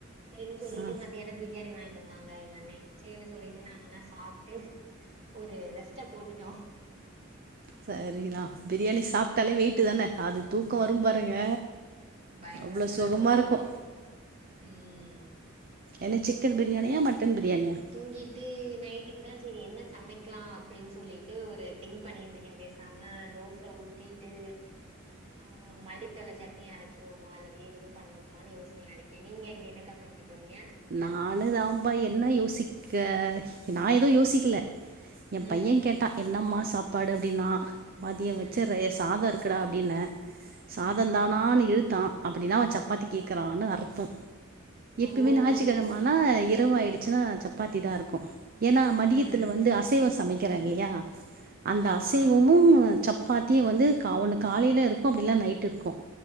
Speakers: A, on the right (about 30°); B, on the right (about 45°).
A: செரின்னு சொல்லிட்டு
B: ஆ
A: மதியானம் பிரியாணி வாங்கிட்டு வந்தாங்க எங்க அண்ணே செரின்னு சொல்லிட்டு நாங்கல்லா சாப்ட்டு ஒரு ரெஸ்ட்ட போட்டுட்டோ
B: செரிதா பிரியாணி சாப்ட்டாலே வெயிட்டு தான அது தூக்கோ வரும் பாருங்க
A: பயங்கரமான
B: அவ்ளோ சுகமா
A: ஒரு தூக்கோ
B: இருக்கு
A: ம்
B: என்ன சிக்கன் பிரியாணியா மட்டன் பிரியாணியா
A: அப்றோ தூங்கிட்டு நைட்டுக்கு தா செரி என்ன சமைக்கலா அப்டின்னு சொல்லிட்டு ஒரு திங் பண்ணிட்டு இருக்க பேசாமா தோச ஊத்திட்டு ம் மல்லித்தள சட் டினி அரச்சிருவோமா இல்ல வேறு எது பண்ணுவோமான்னு யோசனையா இருக்கே நீங்க அங்க என்னக்கா சமைக்கப் போறீங்க
B: நானு தாம்பா என்ன யோசிக்க நா எது யோசிக்கல எ
A: ம்
B: பையன் கேட்டான் என்னம்மா சாப்பாடு அப்டின்னா மதிய வச்ச
A: ம்
B: ரைஸ் சாதோ இருக்குடா அப்டின்ன சாதம்
A: ம்
B: தானான்னு இழுத்தான் அப்டின்னா அவ சப்பாத்தி
A: ம்
B: கே க்கறான்னு அர்த்தோ
A: ஓ
B: எப்போமே ஞாயிற்றுக்கிழம
A: ஓகே ஓகே
B: ஆனா இரவு ஆயிடுச்சுன்னா சப்பாத்தி தா இருக்கு ஏன்னா மதியத்தில
A: ம் ம்
B: வந்து அசைவம் சமைக்கிற இல்லையா அந்த
A: ஆமா
B: அசைவமு சப் சப்பாத்தியு வந்து கா ஒன்னு காலையில இருக்கு அப்டில்ல நைட்டு இருக்கு